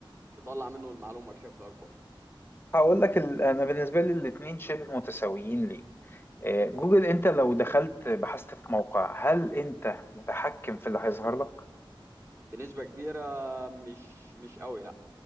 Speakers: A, on the right (about 30°); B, on the left (about 25°).
A: تطلع منه المعلومة بشكل اكبر
B: هقول لك ال... انا بالنسبه لي الاثنين شبه متساويين ليه آه، جوجل انت لو دخلت بحثت في موقع هل انت متحكم في اللي هيظهر لك
A: بنسبة كبيرة مش مش قوي لا